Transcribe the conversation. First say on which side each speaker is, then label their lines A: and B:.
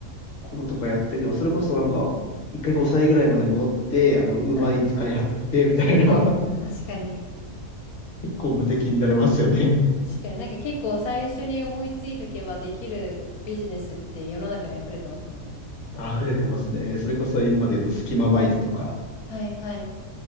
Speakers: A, on the left; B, on the left.
A: こととかやっていけば、それこそなんか、一回5歳ぐらいまで戻って、あの、ウーバーイーツ開発して、
B: はい。
A: みたいな、<laughs>
B: 確かに。
A: 結構無敵になれますよね。
B: 確かになんか結構最初に思いついとけばできるビジネスって世の中に溢れてますもんね。
A: 溢れてますね。それこそ今まで言うと隙間バイトとか、
B: はいはい。